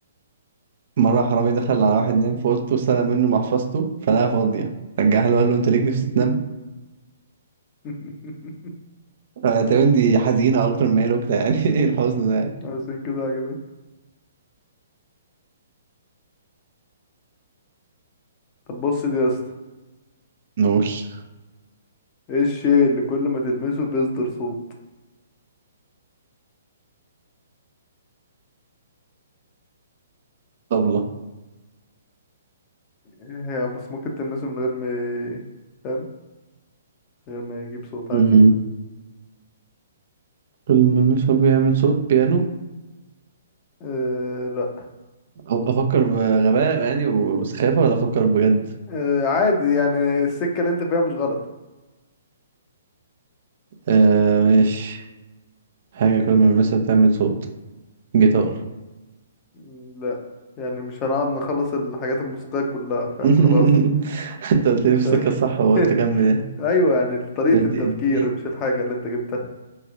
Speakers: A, on the right (about 50°); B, on the left (about 30°).
A: مرة حرامي دخل على واحد نايم في أوضته سرق منه محفظته فلقاها فاضية رجعها له قال له أنت ليك نفس تنام؟
B: <laughs>
A: آه، تقريبا دي حزينة أكتر ما هي نكتة يعني
B: مم،
A: <laughs> إيه الحزن ده؟
B: عشان كده عجبتني طب بص دي يا اسطى
A: نوش
B: ايه الشيء اللي كل ما تلمسه بيصدر صوت
A: طبلة
B: هي بس ممكن تلمسه من غير ما ي- فاهم من غير ما يجيب صوت عادي
A: أمم. كل ما المشوار بيعمل صوت بيانو
B: آه لا
A: افكر بغباء يعني وسخافه ولا افكر بجد
B: آه عادي يعني السكة اللي انت فيها مش غلط
A: آه ماشي حاجه كل ما المسها بتعمل صوت جيتار
B: مم، لا يعني مش هنقعد نخلص الحاجات الموسيقية كلها فاهم
A: <laughs>
B: خلاص
A: انت قلت لي في السكه
B: <laughs>
A: الصح وقلت اكمل يعني
B: ايوه يعني طريقة
A: طب إدي-
B: التفكير
A: اديني
B: مش الحاجة اللي انت جبتها